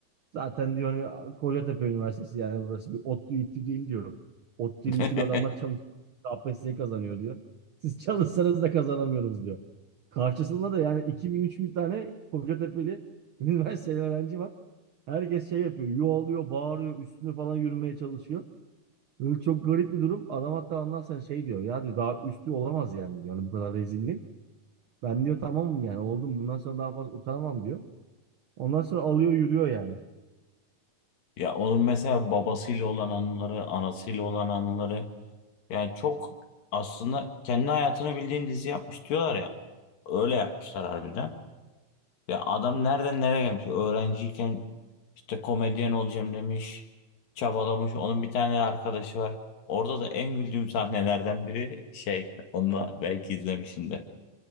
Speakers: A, on the right; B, on the left.
A: Zaten diyor hani Kocatepe Üniversitesi yani burası bir ODTÜ İTÜ değil diyor. ODTÜ'lü
B: <laughs>
A: İTÜ'lü adamlar çalışıyor. KPSS kazanıyor diyor. Siz çalışsanız da kazanamıyoruz diyor. Karşısında da yani iki bin üç bin tane Kocatepe'li <laughs> üniversiteli öğrenci var. Herkes şey yapıyor. Yuvalıyor, bağırıyor, üstüne falan yürümeye çalışıyor. Böyle çok garip bir durum. Adam hatta ondan sonra şey diyor. Ya diyor, daha üstü olamaz yani diyor. Hani bu kadar rezilliğin. Ben diyor tamamım yani oldum. Bundan sonra daha fazla utanamam diyor. Ondan sonra alıyor yürüyor yani.
B: Ya onun mesela babasıyla olan anıları, anasıyla olan anıları yani çok aslında kendi hayatını bildiğin dizi yapmış diyorlar ya. Öyle yapmışlar harbiden. Ya adam nereden nereye gelmiş? Öğrenciyken işte komedyen olacağım demiş. Çabalamış. Onun bir tane arkadaşı var. Orada da en güldüğüm sahnelerden biri şey. Onu da belki izlemişsindir.